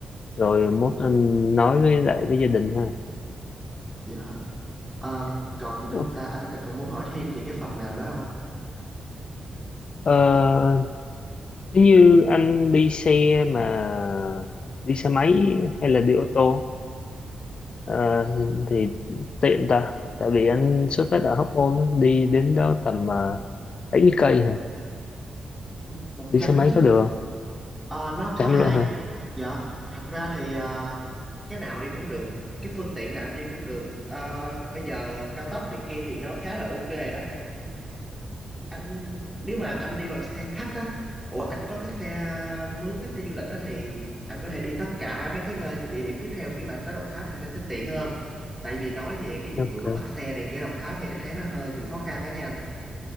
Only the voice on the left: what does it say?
rồi mốt anh nói với lại với gia đình ha
Ok.
Ờ, nếu như anh đi xe mà đi xe máy hay là đi ô tô ờ, thì tiện ta tại vì anh xuất phát ở Hóc Môn á, đi đến đó tầm uh, 70 cây hả
đi
xe máy
có được
Chấm
luôn hả?
Ok.